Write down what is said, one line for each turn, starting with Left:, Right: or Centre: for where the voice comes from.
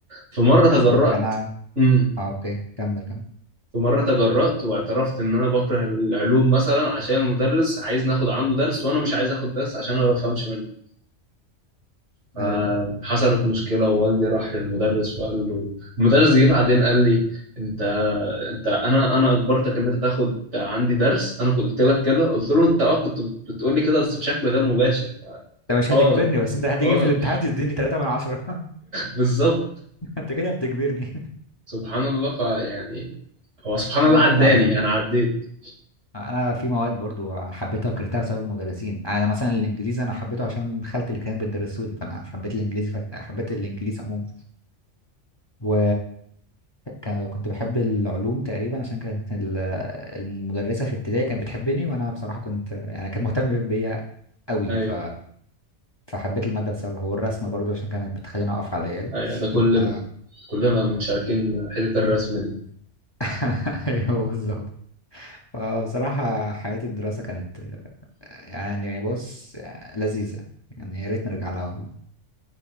Right: في مره تجرأت
Left: عايز اقول لك انا
Right: امم
Left: اه اوكي كمل كمل
Right: في مره تجرأت واعترفت ان انا بكره العلوم مثلا عشان المدرس عايز ناخد عنده درس وانا مش عايز اخد درس عشان انا ما بفهمش منه فحصلت
Left: ايوه
Right: مشكلة ووالدي راح للمدرس وقال له المدرس جه بعدين قال لي انت انت انا انا اجبرتك ان انت تاخد عندي درس انا كنت قلت لك كده قلت له انت اه كنت بتقول لي كده بس بشكل غير مباشر
Left: انت مش
Right: اه
Left: هتجبرني بس انت هتيجي
Right: اه
Left: في الامتحان تديني 3 من 10 <laughs>
Right: بالظبط
Left: انت كده بتجبرني
Right: سبحان الله فيعني هو سبحان
Left: <laughs>
Right: الله
Left: انا
Right: عداني
Left: برضو على فكره
Right: انا عديت
Left: انا في مواد برضو حبيتها وكرهتها بسبب المدرسين يعني انا مثلا الانجليزي انا حبيته عشان خالتي اللي كانت بتدرسه لي فانا حبيت الانجليزي ف... حبيت الانجليزي عموما و كان- كنت بحب العلوم تقريبا عشان كانت ال- المدرسه في ابتدائي كانت بتحبني وانا بصراحه كنت يعني كانت مهتمه بيا قوي
Right: ايوه
Left: ف... فحبيت الماده بسببها والرسم برضو عشان كانت بتخليني اقف على العيال
Right: ايوه
Left: <laughs>
Right: ده كلنا
Left: ف-
Right: كلنا مشاركين حتة الرسم دي
Left: <laughs> ايوه بالظبط فبصراحة حياة الدراسة كانت آه، يعني بص آه، لذيذة يعني يا ريت نرجع لها والله